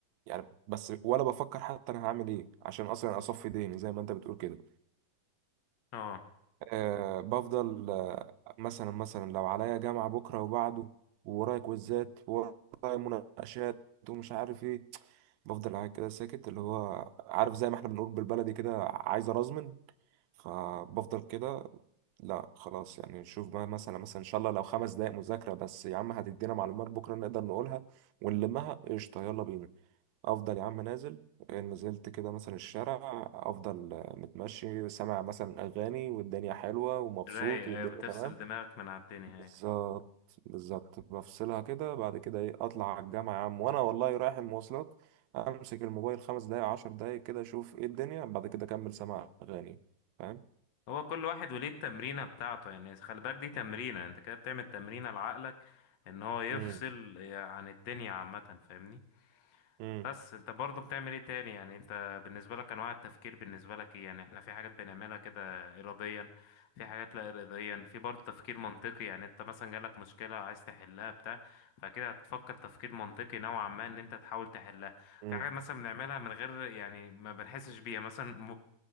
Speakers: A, on the right (about 80°); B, on the left (about 85°).
A: يعني بس ولا بفكر حتى انا هعمل ايه عشان اصلا اصفي ذهني زي ما انت بتقول كده
B: اه
A: آه بفضل آه مثلا مثلا لو عليا جامعة بكرة وبعده وورايا كويزات وورايا مناقشات ومش عارف ايه بفضل قاعد كده ساكت اللي هو عارف زي ما احنا بنقول بالبلدي كده عايز ارزمن فبفضل كده لا خلاص يعني شوف بقى مثلا مثلا ان شاء الله لو خمس دقايق مذاكرة بس يا عم هتدينا معلومات بكرة نقدر نقولها ونلمها قشطة يلا بينا افضل يا عم نازل نزلت كده مثلا الشارع افضل آه، متمشي سامع مثلا اغاني والدنيا حلوه ومبسوط
B: رايق
A: والدنيا
B: ايوه بتفصل
A: تمام
B: دماغك من على الدنيا
A: بالظبط
B: ايوه
A: بالظبط بفصلها كده بعد كده ايه اطلع على الجامعه يا عم وانا والله رايح المواصلات امسك الموبايل خمس دقايق عشر دقايق كده اشوف ايه الدنيا بعد كده اكمل سماع اغاني فاهم
B: هو كل واحد وليه التمرينة بتاعته يعني خلي بالك دي تمرينة انت كده بتعمل تمرينة لعقلك ان هو يفصل
A: امم
B: يعني عن الدنيا عامة فاهمني
A: امم
B: بس انت برضو بتعمل ايه تاني يعني انت بالنسبة لك انواع التفكير بالنسبة لك ايه يعني احنا في حاجات بنعملها كده اراديا في حاجات لا اراديا في برضو تفكير منطقي يعني انت مثلا جالك مشكلة عايز تحلها بتاع فكده هتفكر تفكير منطقي نوعا ما ان انت تحاول تحلها
A: امم
B: في حاجات مثلا بنعملها من غير يعني ما بنحسش بيها مثلا م-